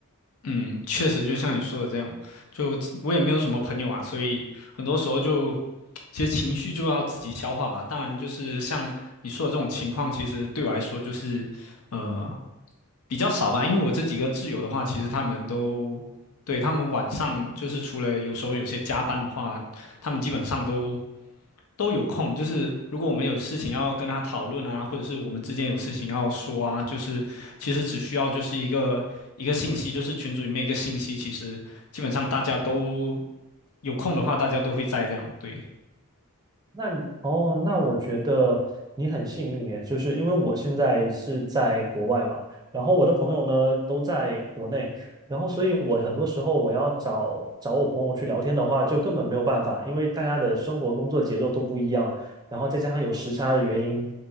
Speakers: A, on the left; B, on the right.
A: 嗯，确实就像你说的这样，就我也没有什么朋友啊，所以很多时候就其实情绪就要自己消化吧。当然，就是像你说的这种情况，其实对我来说就是，呃，比较少吧。因为我这几个挚友的话，其实他们都，对，他们晚上就是除了有时候有些加班的话，他们基本上都都有空。就是如果我们有事情要跟他讨论啊，或者是我们之间有事情要说啊，就是其实只需要就是一个一个信息，就是群组里面一个信息，其实基本上大家都有空的话，大家都会在这样，对。
B: 那你哦，那我觉得你很幸运耶，就是因为我现在是在国外嘛，然后我的朋友呢都在国内，然后所以我很多时候我要找找我朋友去聊天的话，就根本没有办法，因为大家的生活工作节奏都不一样，然后再加上有时差的原因，